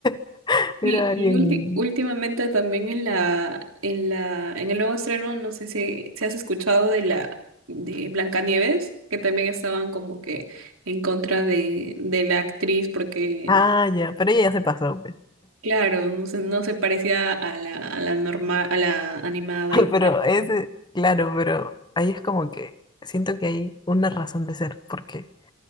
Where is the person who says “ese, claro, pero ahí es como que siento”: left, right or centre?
Left